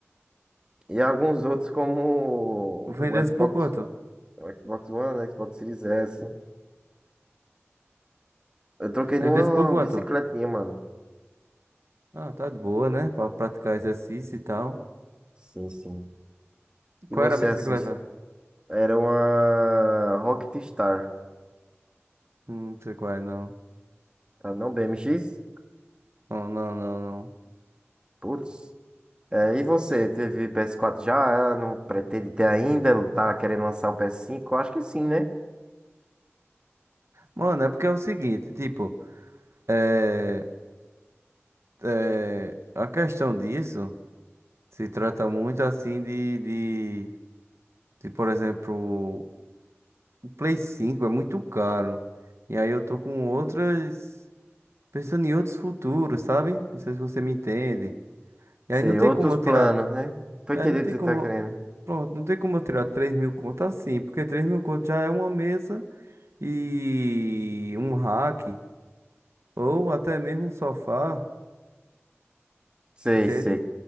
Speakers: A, on the right (about 20°); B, on the right (about 75°).
A: e alguns outros como
B: Vendesse
A: o Xbox,
B: por quanto?
A: o Xbox One, o Xbox Series S. Eu troquei
B: Vendesse
A: numa
B: por quanto?
A: bicicletinha, mano.
B: Ah, tá de boa, né? Pra praticar exercício e tal.
A: Sim, sim. E
B: Qual
A: você
B: era a bicicleta?
A: assiste? Era uma Rocket Star,
B: Hum, Não sei qual é, não.
A: tá? Não BMX?
B: Não, não, não, não.
A: Putz. É, e você, teve PS4 já? Ah, Não pretende ter ainda? Tá querendo lançar o PS5? Eu Acho que sim, né?
B: Mano, é porque é o seguinte, tipo. é é, a questão disso se trata muito assim de, de, de, por exemplo, o Play cinco é muito caro. E aí eu tô com outras, pensando em outros futuros, sabe? Não sei se você me entende. E
A: Sei,
B: aí não tem
A: outros
B: como eu
A: planos,
B: tirar,
A: né? Tô
B: é,
A: entendendo
B: não tem
A: o que você
B: como,
A: tá querendo.
B: pronto, não tem como eu tirar três mil conto assim, porque três mil conto já é uma mesa e um rack, ou até mesmo um sofá,
A: Sei,
B: entende?
A: sei.